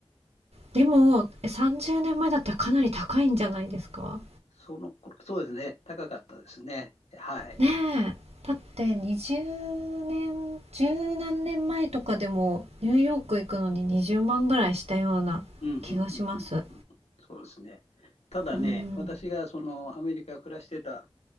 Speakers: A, on the right; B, on the left.
A: でもさんじゅうねんまえ30年前だったらかなり高いんじゃないですか
B: その頃、そうですね。高かったですね。はい。
A: ねえだって20年十何年前とかでもニューヨーク行くのに20万ぐらいしたような気がします
B: うんうんうんうんうん。そうですね。ただね、
A: うん
B: 私がそのアメリカ暮らしてた